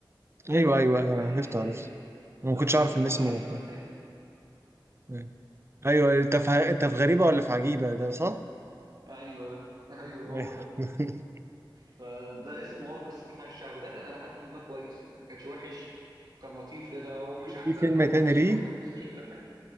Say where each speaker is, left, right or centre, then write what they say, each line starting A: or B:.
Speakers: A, on the right; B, on the right.
A: ب-
B: ايوه ايوه
A: ب-
B: انا
A: باين
B: عرفته
A: عليه تايه
B: عرفته أنا
A: اللي
B: ما كنتش
A: هو ايوه
B: اعرف ان اسمه
A: ايوه تاه
B: ايوه أيوة، انت في انت في غريبه ولا
A: ف...
B: في عجيبه ده صح؟
A: ايوه ايوه
B: أيوة.
A: هو ده
B: <laughs>
A: فده اسمه هو قصه الحي الشعبي ده كان لحد ما كويس يعني ما كانش وحش كان لطيف كده هو
B: في
A: مش احسن
B: في فيلم
A: حاجه
B: تاني
A: بس
B: ليه
A: لو كان لطيف كان حلو